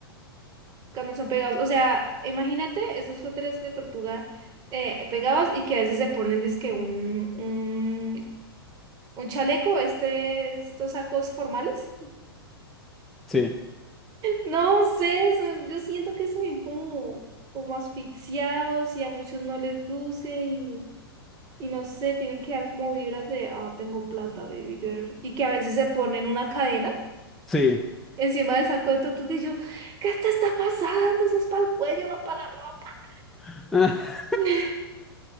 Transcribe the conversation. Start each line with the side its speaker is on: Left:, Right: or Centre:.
Right: cuando son pegados, o sea, imagínate esos suéteres de tortuga eh, pegados y que a veces se ponen, dizque un, un, un chaleco, este, estos sacos formales.
Centre: sí,
Right: No sé, eso- yo siento que se ven como, como asfixiados y a muchos no les luce y, y no sé, tienen que dar como vibras de, ah, tengo plata, baby girl. Y que a veces se ponen una cadena
Centre: sí.
Right: encima del saco de tortuga y yo, ¿qué te está pasando? Eso es para el cuello, no para la ropa.
Centre: <laughs>
Right: <laughs>